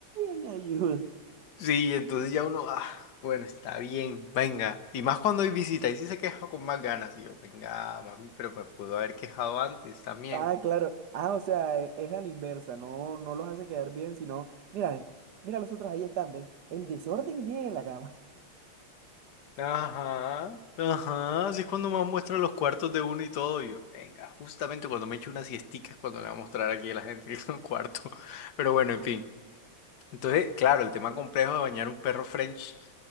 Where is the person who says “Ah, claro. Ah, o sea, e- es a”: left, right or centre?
Right